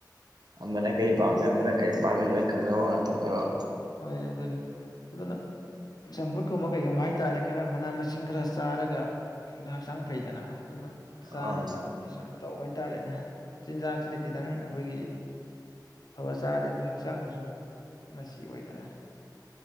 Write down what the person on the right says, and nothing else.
ꯑꯃꯅ ꯀꯔꯤ ꯄꯥꯝꯃꯦ ꯑꯃꯅ ꯀꯔꯤ ꯄꯥꯝꯃꯦ ꯂꯣꯏ ꯈꯪꯅꯕ ꯉꯥꯛꯇꯅꯦꯕ
ꯑꯥ